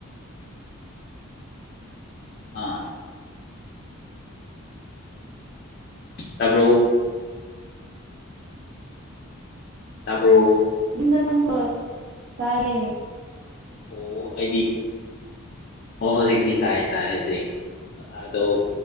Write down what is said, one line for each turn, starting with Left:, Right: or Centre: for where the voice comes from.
Left: ꯑꯥ ꯇꯥꯕꯔꯧ ꯇꯥꯕꯔꯣ
Right: ꯌꯨꯝꯗ ꯆꯪ ꯀ꯭ꯂꯣ ꯇꯥꯌꯦ
Left: ꯑꯣ ꯑꯩꯗꯤꯠ ꯑꯣ ꯍꯧꯖꯤꯛꯇꯤ ꯇꯥꯏ ꯇꯥꯏ ꯍꯧꯖꯤꯛ ꯉꯁꯥꯏꯗꯣ